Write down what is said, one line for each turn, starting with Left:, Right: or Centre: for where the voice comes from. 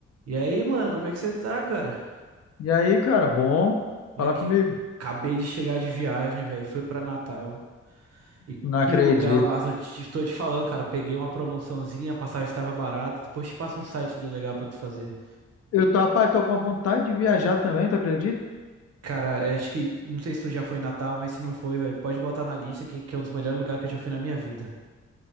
Right: E aí, mano, como é que você tá, cara?
Left: E aí, cara, bom
Right: Como
Left: falar
Right: é que
Left: comigo.
Right: acabei de chegar de viagem, velho. Foi pra Natal. E
Left: Não
Right: que
Left: acredito.
Right: lugar, mas eu te- estou te falando, cara. Peguei uma promoçãozinha, a passagem estava barata. Depois te passo um site ali legal pra tu fazer.
Left: Eu tô, rapaz, tô com uma vontade de viajar também, tu acredita?
Right: Cara, é, acho que não sei se tu já foi em Natal, mas se não foi, velho, pode botar na lista que, que é um dos melhores lugares que eu já fui na minha vida.